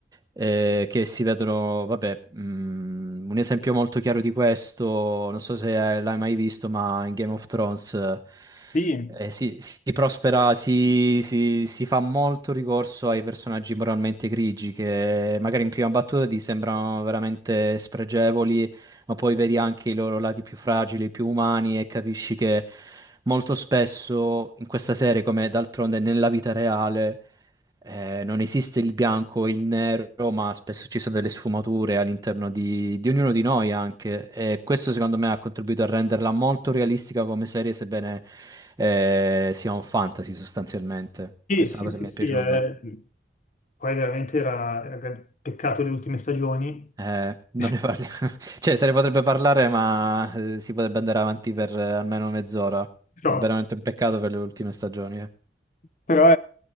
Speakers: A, on the right (about 20°); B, on the left (about 45°).
A: eh, che si vedono, vabbè, mm, un esempio molto chiaro di questo, non so se eh, l'hai mai visto, ma in Game of Thrones eh,
B: Sì,
A: eh, si, si prospera, si, si- si fa molto ricorso ai personaggi moralmente grigi, che magari in prima battuta ti sembrano veramente spregevoli ma poi vedi anche i loro lati più fragili, più umani e capisci che molto spesso in questa serie, come d'altronde nella vita reale, eh, non esiste il bianco e il nero, ma spesso ci sono delle sfumature all'interno di, di ognuno di noi anche. E questo secondo me ha contribuito a renderla molto realistica come serie, sebbene eh, sia un fantasy sostanzialmente.
B: sì,
A: Questa
B: sì,
A: è una
B: sì,
A: cosa che
B: sì,
A: mi è piaciuta.
B: eh, poi veramente era, era un gran- peccato le ultime stagioni,
A: Eh, non
B: <laughs>
A: ne parliamo. <laughs> Cioè, se ne potrebbe parlare, ma eh, si potrebbe andare avanti per eh, almeno mezz'ora.
B: però,
A: È veramente un peccato per le ultime stagioni, eh.
B: però